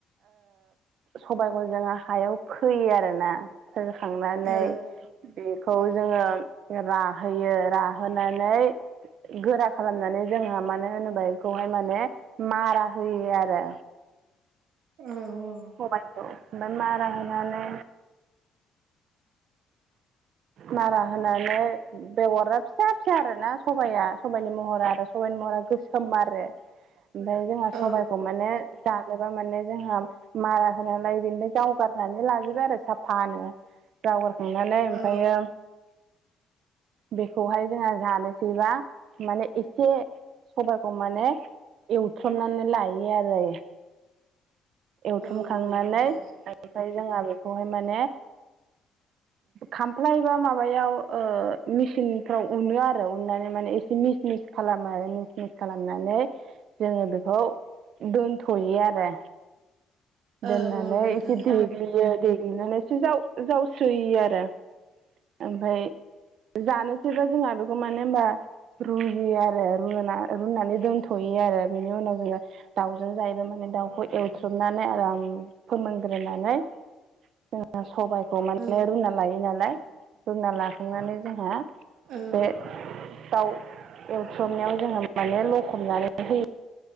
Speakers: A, on the right; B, on the right.
A: सबायाइखौ जोङो हायाव फोयो आरोना। फोखांनानै
B: औ
A: बेखौ
B: औ
A: जोङो। राहोयो राहोनानै गोरा खालामनानै जोंहा मानो होनोबा बेखौहाय माने मारा होयो आरो
B: उम।
A: स'बायखौ आमफ्राय मारा होनानै मारा होनानै बेगरा फिसा फिसा आरोना सबाया सबाइनि महरा आरो सबाइनि मरा गोसो आरो ओमफ्राय जोंहा
B: औ
A: सबाइखौ माने जानोबा मे जोंहा मारा होनालाय बेनिफ्राय जावगारनानै लाजोबाय आरो साफानो। जावगारखांनानै ओमफ्रायो
B: औ
A: बेखौहाय जोंहा जानोसैबा माने एसे सबायखौ माने एवथामनानै लायो आरो एवथुमखांनानै
B: औ नोंथां
A: मफ्राय जोंहा बेखौहाय माने खामफ्लाय बा माबायाव मेसिनफ्राव उनो आरो उननानै माने एसे मिस मिस खालामो आरो मिस मिस खालामनानै जोङो बेखौ दोनथ'यो आरो दोननानै
B: औ औ नोंथां
A: एसे देग्लियो देग्लिनानैसो जाव जावस्रोयो आरो ओमफफ्राय जानोसैबा जोंहा बेखौ मानो हबा रुयो आरो रु रुनानै दोनथ'यो आरो बेनि उनाव जोङो दाउजों जायोबा माने दाउखौ एवथ्रुबनानै आराम फोरोमोनग्रोनानै जोंहा सबायाइखौ माने
B: औ
A: रुना लायो नालाय रुना लाखांनानै जोंहा
B: औ
A: बे दाउ एवथ्रमनायाव जोङो माने लखबनानै होयो।